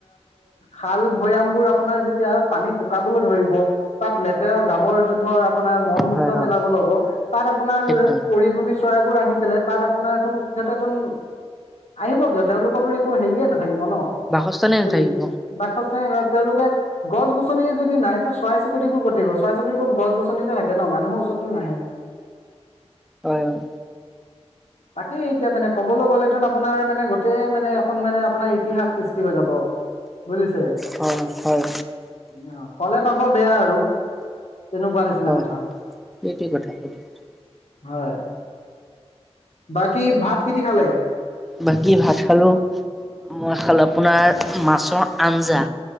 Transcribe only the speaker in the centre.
হয় হয়
একদম
বাসস্থানে নাথাকিব।
হয়, হয়।
হয় হয়
হয়,
সেইটোৱে কথা, সেইটো কথা।
বাকী ভাত খালো, মই খালো আপোনাৰ মাছৰ আঞ্জা।